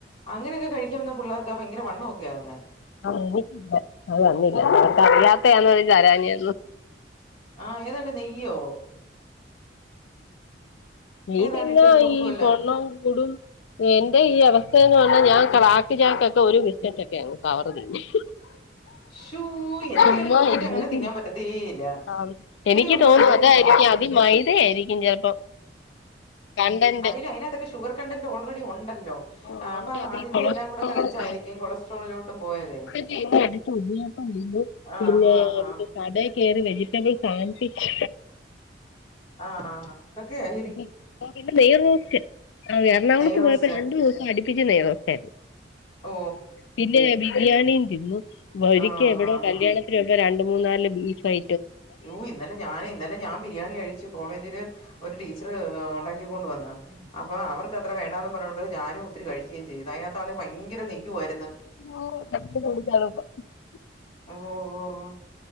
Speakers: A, on the left; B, on the left.
A: അങ്ങനെയൊക്കെ കഴിക്കൻന്ന പിള്ളേർക്കാ ഭയങ്കര വണ്ണം ഒക്കെ ആവുന്നെ
B: <unintelligible> അത് തന്നില്ല അവർക്കറിയാത്തെആയിരുന്നു തരാഞെ
A: ആഹ ഏതാണ് നെയ്യോ
B: നെയ്
A: ഏതാണ്ടിട്ട്
B: പിന്നെ
A: കൊടുക്കുവല്ലോ
B: ഈ പൊണ്ണോ കൂടും എന്റെ ഈ അവസ്ഥയന്ന് പറഞ്ഞാ ഞാൻ ക്രാക്ക് ചാക്കൊക്കെ ഒരു ബിസ്ക്കറ്റ് ഒക്കെആണ് പവറതി <unintelligible>
A: ശൂ എനിക്കങ്ങനെ
B: ചുമ്മാ
A: ബിസ്ക്കറ്റ്
B: ഇരുന്നിട്ട്
A: അങ്ങനെ തിന്നാൻ പറ്റത്തേ ഇല്ല
B: ആ എനിക്ക്
A: ഒന്നോ
B: തോന്നും
A: രണ്ടേ
B: അതായിരിക്കും
A: തിന്നാൻ പറ്റൂ
B: മൈദയായിരിക്കും ചിലപ്പോം കണ്ടൻ്റ്
A: അതിനത്തൊക്കെ ഷുഗർ കണ്ടന്റ് ഓൾറെഡി ഒണ്ടല്ലോ
B: അതുകൊണ്ട്
A: ആ അപ്പം
B: അതീ
A: അതിന്റെ
B: കൊളസ്ട്രോൾ
A: എല്ലാം കൂടെക്കെ വെച്ചായിരിക്കും
B: ബാധിക്കും.
A: കൊളസ്ട്രോളിലോട്ടു പോയത്
B: <unintelligible>
A: ആഹ്
B: പിന്നെ
A: ഹാ ഹാ
B: എന്ത് കട കയറി വെജിറ്റബിൾ സാൻവിച്ച്
A: ആഹ ആ തക്കൊയി
B: അപ്പോ പിന്നെ നെയ്റോസ്റ്റ് ആ എറണാകുളത്ത്
A: നെയ്റോസ്റ്റ്
B: പോയപ്പോ രണ്ടു ദിവസം അടിപ്പിച്ച് നെയ്റോസ്റ്റായിരുന്നു
A: ഓ
B: പിന്നെ ബിരിയാണിയും തിന്നു ഒരിക്കെ
A: ആഹ്
B: എവിടെയോ
A: ഹാ ഹാ
B: കല്യാണത്തിന് പോയപ്പോ രണ്ട് മൂന്നാല് ബീഫ് ഫ്രൈ
A: ഓ ഇന്നലെ ഞാന് ഇന്നലെ ഞാൻ ബിരിയാണി കഴിച്ചു കോളേജില് ഒരു ടീ ച്ചറ് ഉണ്ടാക്കിക്കൊണ്ട് വന്ന അപ്പൊ അവർക്ക് അത്ര വേണ്ടാന്ന് പറഞ്ഞൊണ്ട് ഞാനും ഒത്തിരി കഴിക്കുകയും ചെയ്തു അതിനകത്ത് അന്നെ ഭയങ്കര നെയ്യ് വായിരുന്നു
B: <unintelligible>
A: ഓ ഓ ഓ